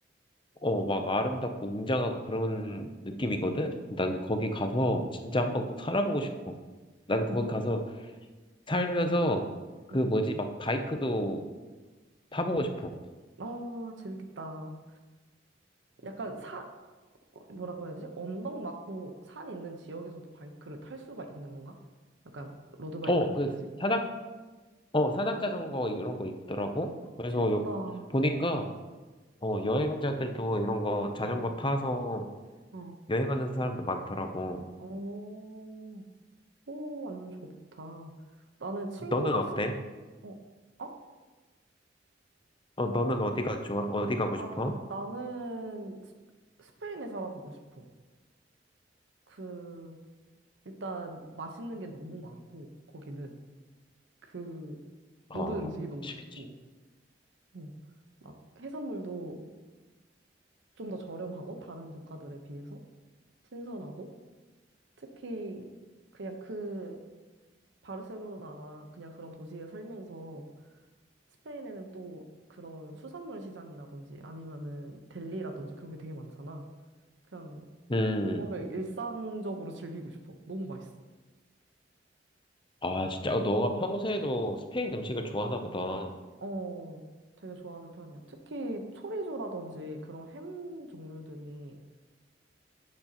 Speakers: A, on the left (about 30°); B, on the right (about 75°).
A: 어, 막 아름답고 웅장하고 그런 느낌이거든?
B: 응,
A: 나는 거기 가서 진짜 한번 꼭 살아보고 싶어. 나는 거기
B: 응,
A: 가서 살면서 그
B: 응.
A: 뭐지, 막 바이크도 타보고 싶어.
B: 아, 재밌겠다. 약간 사, 뭐라고 해야 되지? 언덕 많고 산 있는 지역에서도 바이크를 탈 수가 있는 건가? 약간 로드바이크
A: 어,
B: 타듯이?
A: 그 사다 어, 산악자전거 이런 거 있더라고. 그래서
B: 재밌겠다.
A: 요, 보니까, 어, 여행자들도 이런 거 자전거
B: 응.
A: 타서
B: 어,
A: 여행하는 사람도 많더라고.
B: 오, 오, 완전 좋다. 나는 친구가
A: 너는 어때?
B: 스, 어, 어?
A: 어, 너는 어디가 좋아? 어디 가고
B: 아,
A: 싶어?
B: 나는 스, 스페인에 살아보고 싶어. 그, 일단 맛있는 게 너무 많고 거기는 그
A: 어,
B: 모든 음식이 너무
A: 그치,
B: 맛있고
A: 그치.
B: 어, 막 해산물도 좀 더 저렴하고 다른 국가들에 비해서 신선하고 특히 그냥 그 바르셀로나나 그냥 그런 도시에 살면서 스페인에는 또 그런 수산물 시장이라든지 아니면은 델리라든지 그런 게 되게 많잖아. 그냥
A: 음,
B: 그거를 일상적으로 즐기고 싶어. 너무 맛있어.
A: 아, 진짜. 어, 너가 평소에도 스페인 음식을 좋아하나 보다.
B: 어, 되게 좋아하는 편이야. 특히 초리조라든지 그런 햄 종류들이